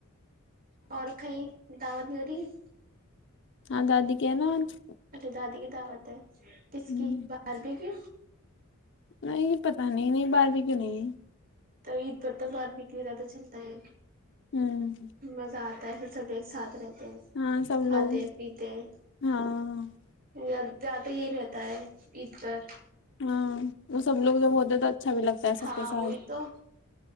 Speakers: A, on the right; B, on the left.
A: اور کہیں دعوت ملی <inaudible>
B: ہاں دادی کے یہاں ہے نا
A: اچھا دادی کی دعوت ہے کس
B: ہوں،
A: کی باربی کیو
B: نہیں پتا نہیں نہیں باربی کیو نہیں ہے
A: تو عید پر تو باربیکیو بھی زیادہ چلتا ہے
B: ہوں
A: مزہ آتا ہے پھر سب ایک سات رہ
B: ہاں سب
A: کھاتے
B: لوگ
A: ہیں پیتے ہیں
B: ہاں
A: لڑتے زیادہ یہ رہتا ہے عید پر
B: ہاں وہ سب لوگ جب ہوتے تو اچھا بھی لگتا ہے
A: ہاں
B: سب کے ساتھ
A: وہی تو